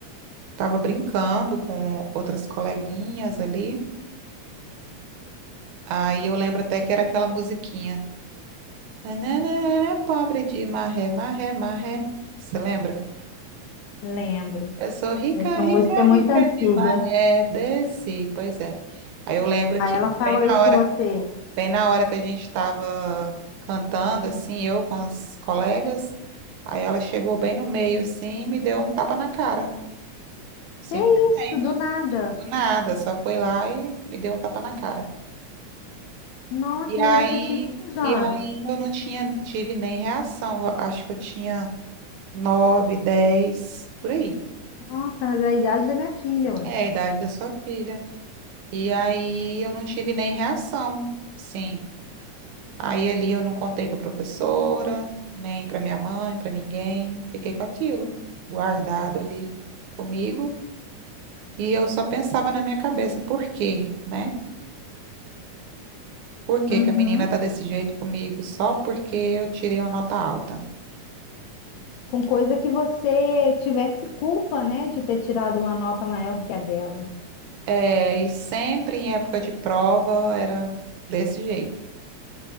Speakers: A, on the right (about 75°); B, on the left (about 75°).
A: tava brincando com outras coleguinhas ali. Aí eu lembro até que era aquela musiquinha. Nananana, pobre de marré, marré, marré. Você lembra?
B: Lembro.
A: Eu sou rica,
B: Essa
A: rica,
B: música é muito
A: rica
B: antiga.
A: de maré, desci. Pois é. Aí eu lembro
B: Aí
A: que,
B: ela falou
A: bem na
B: isso
A: hora,
B: com você.
A: bem na hora que a gente estava cantando, assim, eu com as colegas, aí ela chegou bem no meio, assim, e me deu um tapa na cara, simplesmente.
B: Que isso, do nada.
A: Do nada, só foi lá e me deu um tapa na cara.
B: Nossa,
A: E aí,
B: e aí você tinha quantos anos?
A: e aí eu não tinha, tive nem reação. Eu acho que eu tinha nove, dez, por aí.
B: Nossa, era da idade da minha filha, ué.
A: É a idade da sua filha. E aí eu não tive nem reação, sim. Aí ali eu não contei para professora, nem para minha mãe, para ninguém. Fiquei com aquilo guardado ali comigo. E eu só pensava na minha cabeça, por quê, né? Por que
B: Uhum.
A: que a menina tá desse jeito comigo só porque eu tirei uma nota alta?
B: Com coisa que você tivesse culpa, né, de ter tirado uma nota maior que a dela.
A: É, e sempre em época de prova era desse jeito.